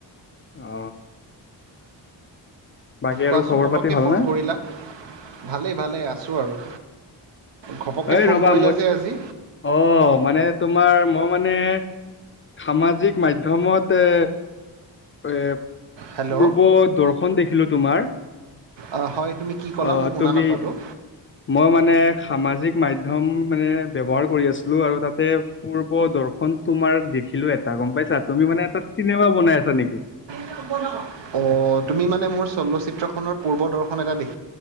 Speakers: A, on the left; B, on the right.
A: অ বাকী আৰু
B: কোৱাচোন
A: খবৰ
B: পতককৈ
A: পাতি ভালনে
B: ফোন কৰিলা ভালেই ভালেই আছোঁ আৰু ঘপককৈ
A: এ
B: ফোন
A: ৰবা
B: কৰিলা
A: মই
B: যে আজি
A: অ মানে তোমাৰ মই মানে সামাজিক মাধ্যমত এ এ
B: হেল্ল'
A: পূৰ্ব দৰ্শন দেখিলো তোমাৰ
B: অঁ, হয় তুমি কি ক'লা
A: অ
B: মই শুনা
A: তুমি
B: নাপালোঁ
A: মই মানে সামাজিক মাধ্যম মানে ব্যৱহাৰ কৰি আছিলো আৰু তাতে পূৰ্ব দৰ্শন তোমাৰ দেখিলো এটা গম পাইছা তুমি মানে এটা চিনেমা বনাই আছা নেকি
B: অ তুমি মানে মোৰ চলচিত্ৰখনৰ পূৰ্ব দৰ্শন এটা দেখ <unintelligible>